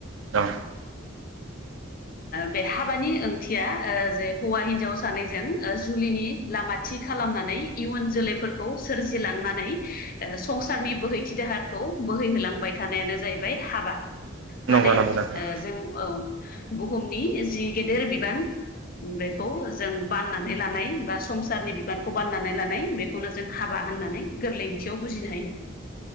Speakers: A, on the right; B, on the left.
A: औ
B: बे हाबानि ओंथिया जे हौवा हिनजाव सानैजों जुलिनि लामाथि खालामनानै इयुन जोलैफोरखौ सोरजिलांनानै संसारनि बोहै थि दाहारखौ बोहैहोलांबाय थानायानो जाहैबाय हाबा माने
A: नंगौ नंगौ नोंथां
B: जों औ बुहुमनि जि गेदेर बिबान बेखौ जों बाननानै लानाय बा संसारनि बिबानखौ बाननानै लानाय बेखौनो जों हाबा होननानै गोरलै ओंथियाव बुजिनो हायो।